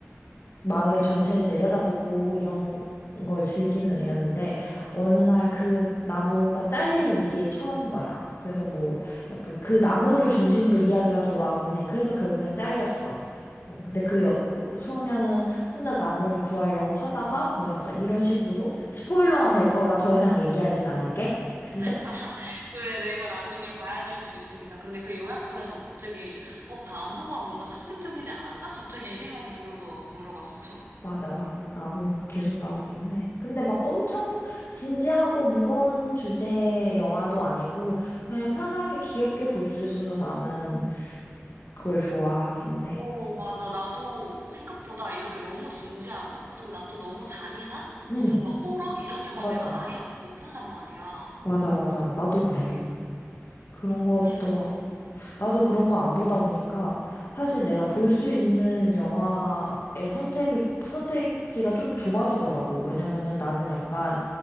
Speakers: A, on the left (about 55°); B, on the right (about 55°).
A: 마을을 전체를 내려다보고 이런 걸 즐기는 애였는데 어느 날 그 나무가 잘릴 위기에 처한 거야. 그래서 뭐 약간 그 나무를 중심으로 이야기가 돌아가긴 해. 그래서 결국엔 잘렸어. 뭐 근데 그 여, 소녀는 혼자 나무를 구하려고 하다가 뭐 약간 이런 식으로 스포일러가 될까 봐 더 이상 얘기하진 않을게. 근데
B: <laughs> 그래, 내가 나중에 봐야 될 수도 있으니까. 근데 그 요약본에서 갑자기, 어, 나무가 뭔가 상징적이지 않았나? 갑자기 이 생각이 들어서 물어봤어. <laughs>
A: 맞아, 맞아. 나무가 계속 나오기는 해. 근데 막 엄청 진지하고 무거운 주제 영화도 아니고, 그냥 편하게 귀엽게 볼 수 있어서 나는 그걸 좋아하기는 해.
B: 어, 맞아. 나도 생각보다 이렇게 너무 진지하고, 그리고 나 또 너무 잔인한,
A: 응,
B: 너무 막 호러? 이런 영화
A: 맞아.
B: 내가 아예 못 본단 말이야.
A: 맞아, 맞아. 나도 그래. 그런 것도
B: 응.
A: 나도 그런 거 안 보다 보니까 사실 내가 볼 수 있는 영화의 선택이, 선택지가 좀 좁아지더라고. 왜냐면은 나는 약간